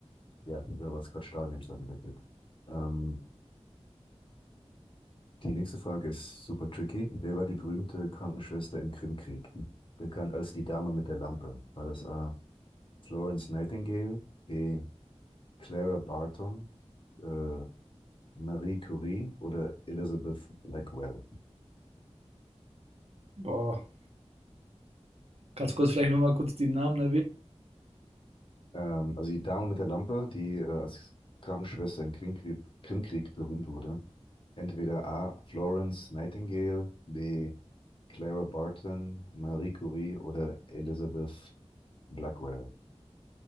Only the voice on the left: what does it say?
ja, da war es gerade Stalin im Zweiten Weltkrieg. Ähm, die nächste Frage ist super tricky. Wer war die berühmte Krankenschwester im Krimkrieg? Bekannt als die Dame mit der Lampe. War das A. Florence Nightingale, B. Clara Barton, äh, Marie Curie oder Elizabeth Blackwell.
Ähm, also die Dame mit der Lampe, die äh, als Krankenschwester im Krimkrieg, Krimkrieg berühmt wurde. Entweder A. Florence Nightingale, B. Clara Barton, Marie Curie oder Elizabeth Blackwell.